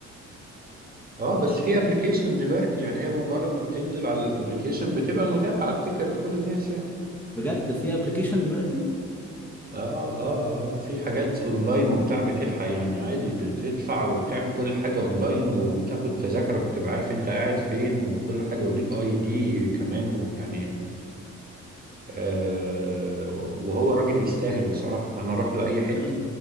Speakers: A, on the right; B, in the centre.
A: اه بس في ابلكيشن دلوقتي يعني هي بمجرد ما بتنزل على الابلكيشن بتبقى متاحة افتكر لكل الناس يعني
B: بجد في ابلكيشن دلوقتي
A: اه اه اه في حاجات اونلاين وبتاع بتلحق يعني عادي بتدفع وبتعمل كل حاجة اونلاين وبتاخد تذاكرك وتبقى عارف انت قاعد فين وكل حاجة وليك اي دي كمان ويعني آه وهو الراجل يستاهل بصراحة انا اروح له اي حتة
B: لا